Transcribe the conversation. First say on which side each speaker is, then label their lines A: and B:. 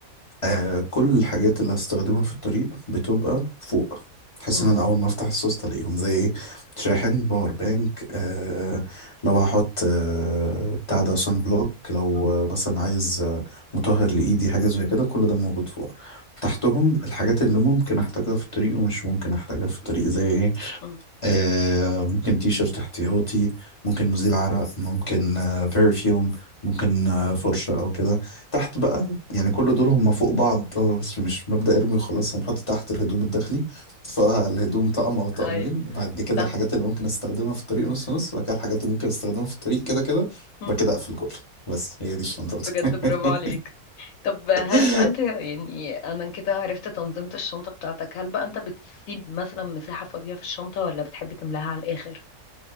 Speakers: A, on the left; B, on the left.
A: آه كل الحاجات اللي هستخدمها في الطريق بتبقى فوق بحيث
B: امم
A: ان انا اول ما افتح السوست الاقيهم زي ايه شاحن باور بانك آه لو هحط آه بتاع ده سان بلوك لو
B: امم
A: آه مثلا عايز آه مطهر لايدي حاجه زي كده كل ده موجود فوق تحتهم الحاجات اللي ممكن احتاجها في الطريق ومش ممكن احتاجها في الطريق زي ايه
B: امم
A: آه، ممكن تي شيرت احتياطي ممكن مزيل عرق ممكن آه، برفيوم ممكن آه، فرشة أو كده تحت بقى يعني كل دول هم فوق بعض هو بس مش مبدأ ارمي وخلاص هم حاطط تحت الهدوم الداخلي فالهدوم طقم أو طقمين
B: اي
A: وبعد كده
B: صح
A: الحاجات اللي ممكن استخدمها في الطريق نص نص وبعد كده الحاجات اللي ممكن استخدمها في الطريق كده كده
B: أمم.
A: وبعد كده أقفل كله بس هي دي الشنطة بتاعتي.
B: بجد برافو عليك طب هل
A: <laughs>
B: بقى انت يعني انا كده عرفت تنظيمة الشنطة بتاعتك هل بقى انت بتسيب مثلا مساحة فاضية في الشنطة ولا بتحب تملاها على الاخر